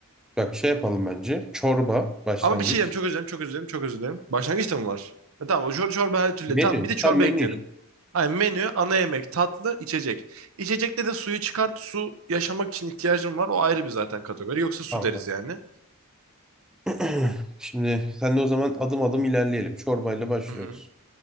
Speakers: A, in the centre; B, on the right.
A: Bak şey yapalım bence. Çorba başlangıç.
B: Ama bir şey diyeyim, çok özür dilerim, çok özür dilerim, çok özür dilerim. Başlangıçta mı var? E, tamam, o çor çorba her türlü.
A: Menü.
B: Tamam, bir de çorba
A: Tam menü
B: ekleyelim.
A: işte.
B: Hayır, menü, ana yemek, tatlı, içecek. İçecekte de suyu çıkart. Su yaşamak için ihtiyacım var. O ayrı bir zaten kategori. Yoksa su
A: Tamam
B: deriz
A: tamam.
B: yani.
A: <clears throat> Şimdi sen de o zaman adım adım ilerleyelim. Çorbayla başlıyoruz.
B: Hı hı.